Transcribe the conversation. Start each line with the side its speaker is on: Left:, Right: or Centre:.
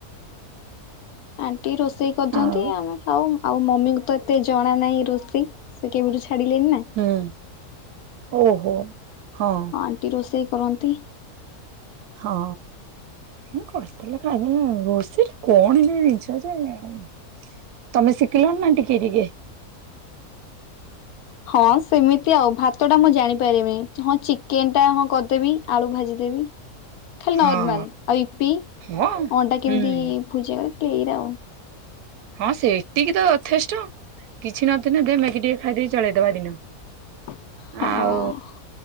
Left: ଆଣ୍ଟି ରୋଷେଇ କରିଦିଅନ୍ତି
Right: ଆଉ
Left: ଆମେ ଖାଉ ଆଉ ମମିଙ୍କୁ ତ ଏତେ ଜଣା ନାହିଁ ରୋଷେଇ। ସେ କେବେଠୁ ଛାଡ଼ିଲେଣି ନା।
Right: ହୁଁ ଓହୋ ହଁ।
Left: ଆଣ୍ଟି ରୋଷେଇ କରନ୍ତି।
Right: ହଁ। ହଁ କରିଥିଲା ଖାଇଦେଲେ ରୋଷେଇ କଣ ଜିନିଷ ଏମତି ଜିନିଷ ଯେ ଆଉ ତମେ ସିଖିଲାନି ନା ଟିକେ ଟିକେ
Left: ହଁ ସେମିତି ଆଉ ଭାତ ଟା ମୁଁ ଜାଣିପାରିମି। ହଁ ଚିକେନ ଟା ହଁ କରିଦେବି ଆଳୁ ଭାଜିଦେବି। ଖାଲି
Right: ହଁ
Left: ନର୍ମାଲ ଆଉ ଇପି
Right: ହଁ
Left: ଅଣ୍ଡା କେମିତି
Right: ହୁଁ
Left: ଭୁଜିଆ କରିଆ ଖାଲି ଏଇରା ଆଉ।
Right: ହଁ ସେତିକି ତ ଯଥେଷ୍ଟ କିଛି ନଥିନେ ଦେ ମ୍ୟାଗି ଟିକେ ଖାଇଦେଇି ଚଳେଇଦବା ଦିନ।
Left: ହଁ।
Right: ଆଉ